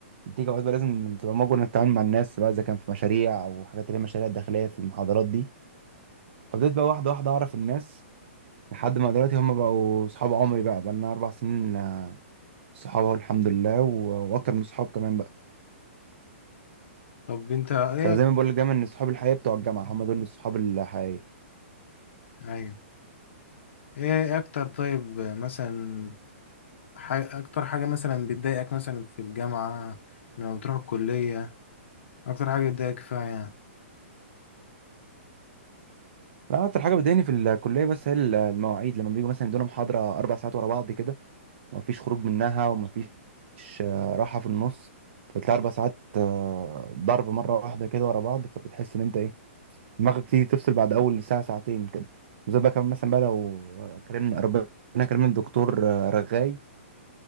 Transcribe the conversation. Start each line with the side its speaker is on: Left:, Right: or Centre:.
Right: تيجي اوقات بقى لازم تبقى مجبر انك تتعامل مع الناس بقى اذا كان في مشاريع او حاجات اللي هي مشاريع داخليه في المحاضرات دي فبدأت بقى واحده واحده اعرف الناس لحد ما دلوقتي هم بقوا صحاب عمري بقى بقى لنا اربع سنين آه، صحاب اهو الحمد لله و- واكتر من صحاب كمان بقى
Left: طب انت ايه
Right: فزي ما بقول لك دايما ان صحاب الحقيقيه بتوع الجامعه هم دول الصحاب الحقيقيه
Left: ايوه ايه اكتر طيب مثلا حاجة أكتر حاجة مثلا بتضايقك مثلا في الجامعة لما بتروح الكلية أكتر حاجة بتضايقك فيها يعني
Right: لا اكتر حاجه بتضايقني في الكليه بس هي المواعيد لما بيجوا مثلا يدونا محاضره اربع ساعات ورا بعض كده ومفيش خروج منها ومفيش آه، راحه في النص فبتلاقي اربع ساعات آه، ضرب مره واحده كده ورا بعض فبتحس ان انت ايه دماغك تيجي تفصل بعد اول ساعه ساعتين كده وزي بقى كمان مثلا بقى لو كرمنا ربنا كرمنا الدكتور آه، رغاي